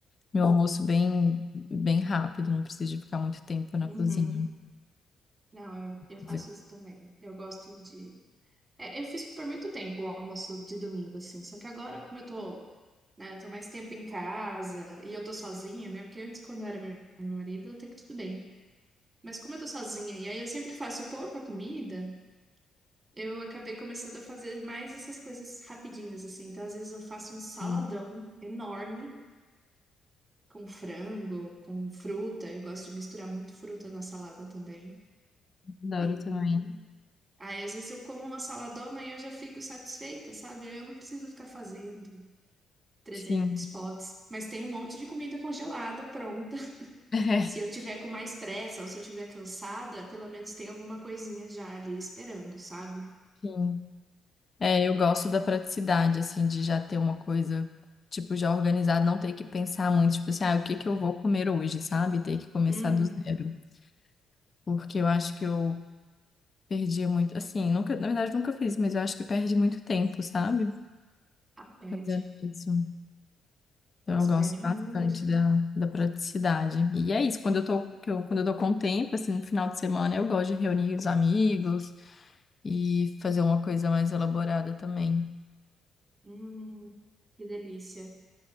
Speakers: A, on the left (about 35°); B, on the right (about 20°).
A: meu almoço bem, bem rápido, não preciso de ficar muito tempo na
B: uhum.
A: cozinha.
B: Não, eu, eu faço
A: Mas eu-
B: isso também. Eu gosto de É, eu fiz por muito tempo o almoço de domingo, assim. Só que agora, como eu tô, né, tô mais tempo em casa e eu tô sozinha, né? Porque antes, quando era meu meu marido, até que tudo bem. Mas como eu tô sozinha e aí eu sempre faço pouca comida, eu acabei começando a fazer mais essas coisas rapidinhas, assim. Então, às vezes eu faço um saladão
A: Sim,
B: enorme com frango, com fruta. Eu gosto de misturar muito fruta na salada também.
A: adoro
B: E
A: também.
B: aí, às vezes eu como uma saladona e eu já fico satisfeita, sabe? Aí eu não preciso ficar fazendo. trezentos
A: Sim.
B: potes, mas tem um monte de comida congelada pronta. <laughs>
A: <laughs>
B: Se eu tiver
A: É,
B: com mais pressa ou se eu tiver cansada, pelo menos tem alguma coisinha já ali esperando, sabe?
A: sim. É, eu gosto da praticidade, assim, de já ter uma coisa, tipo, já organizada, não ter que pensar muito, tipo assim, ah, o que que eu vou comer hoje, sabe? Ter que começar
B: Uhum.
A: do zero. Porque eu acho que eu perdi muito, assim, nunca, na verdade, nunca fiz, mas eu acho que perde muito tempo, sabe?
B: Ah, perde.
A: Fazendo isso. Então
B: Nossa,
A: eu gosto
B: perde
A: bastante
B: muito.
A: da, da praticidade. E é isso, quando eu tô, que eu, quando eu tô com tempo, assim, no final de semana, eu gosto de reunir os amigos e fazer uma coisa mais elaborada também.
B: Hum, que delícia.